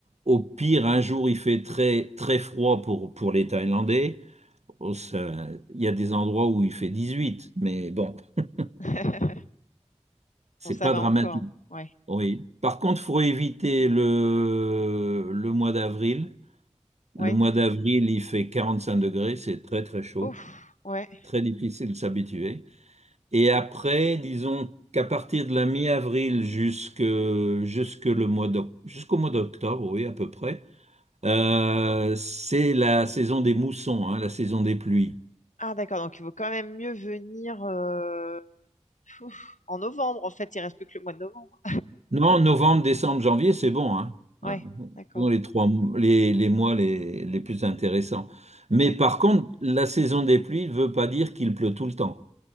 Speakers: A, on the right; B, on the left.
A: au pire, un jour, il fait très, très froid pour, pour les Thaïlandais. Oh, ça- Il y a des endroits où il fait 18, mais bon, <laughs>
B: <laughs>
A: c'est
B: Bon, ça
A: pas
B: va
A: dramatique.
B: encore. Ouais.
A: Oui. Par contre, faut éviter le, le mois d'avril. Le
B: Ouais.
A: mois d'avril, il fait 45 degrés, c'est très très chaud,
B: Ouf. Ouais.
A: très difficile de s'habituer. Et après, disons qu'à partir de la mi-avril jusque, jusque le mois d'oc- jusqu'au mois d'octobre, oui, à peu près, euh, c'est la saison des moussons, hein, la saison des pluies.
B: Ah d'accord, donc il vaut quand même mieux venir euh, ouf, en novembre, en fait, il reste plus que le mois de novembre.
A: Non, novembre, décembre, janvier, c'est bon, hein.
B: Ouais,
A: Ah,
B: d'accord,
A: Dans les trois, les, les mois les, les plus intéressants. Mais
B: d'accord.
A: par contre, la saison des pluies ne veut pas dire qu'il pleut tout le temps.